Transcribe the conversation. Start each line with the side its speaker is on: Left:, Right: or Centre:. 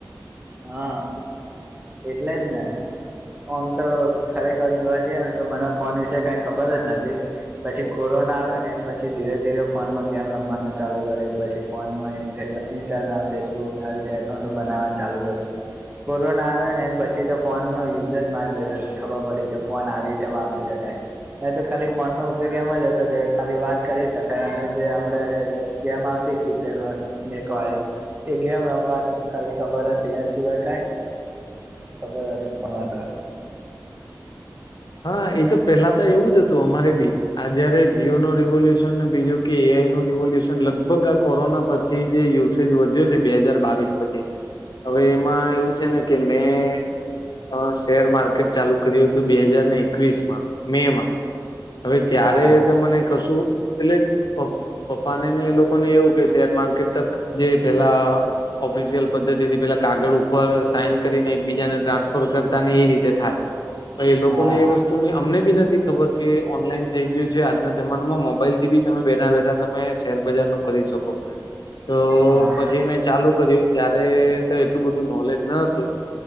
Right: હા એટલે જ ને આમ તો ખરેખર જોવા જઈએ ને તો મને ફોન વિશે કઈ ખબર જ નથી પછી કોરોના આવે ને એ પછી ધીરે ધીરે ફોનમાં ગેમ રમવાનું ચાલુ કર્યું પછી ફોનમાં <unintelligible> ઇન્સ્ટાગ્રામ ફેસબુક આવી રીતે એકાઉન્ટો બનાવવા ચાલુ કર્યુ <unintelligible> આવેને પછી તો ફોન નો યુઝ જ મારી જોડે ખબર પડી કે ફોન આવી રીતે વાપરી શકાય એ તો ખાલી ફોનનો ઉપયોગ એમ જ હતો કે ખાલી વાત કરી શકાય અને જે આપડે ગેમ આવતી કી પેડમાં સ્નેક વાય એ ગેમ રમવાની જ ખાલી ખબર હતી એન સિવાય કાંઈ ખબર <unintelligible>
Left: હા એ તો પેલા તો એવું જ અતું અમારે બી આ જયારે જીઓ નું રિવોલ્યુશન ને બીજું કે એ આઈ નું રિવોલ્યુશન લગભગ આ કોરોના પ જે જે યુસેજ વધ્યો છે બે હાજાર બાવીસ પછી હવે એમાં એવું છે ને કે મેં અ શેર માર્કેટ ચાલુ કર્યું હતું બે હજાર ને એકવીસ માં મે માં હવે ત્યારે
Right: હા
Left: મને કશું એટલે પપ્પા ને ને એ લોકો ને એવું કે શેર માર્કેટ તક જે પેલા ઓફિશિયલ પદ્ધતિથી પેલા કાગળ ઉપર સાઈન કરી ને એકબીજાને ટ્રાન્સફર કરતા ને એ રીતે થાય. પછ લોકોની
Right: હા
Left: એ વસ્ તો અમને પણ નથી ખબર કે ઓનલાઈન થઈ ગયું છે આજના જમાનામાં મોબાઈલ થી પણ તમે બેઠા બેઠા તમે શેરબજાર નું કરી શકો તો
Right: હા
Left: પછી મેં ચાલુ કર્યું. ત્યારે તો એટલું બધું નોલેજ ન હતું.